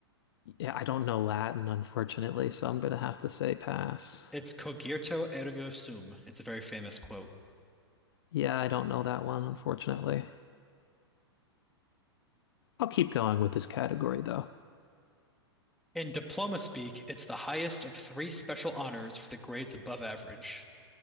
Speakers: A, on the left; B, in the centre.
A: Yeah, I don't know Latin, unfortunately, so I'm gonna have to say pass.
B: It's cogito ergo sum. It's a very famous quote.
A: Yeah, I don't know that one, unfortunately. I'll keep going with this category though.
B: In diploma speak, it's the highest of three special honors for the grades above average.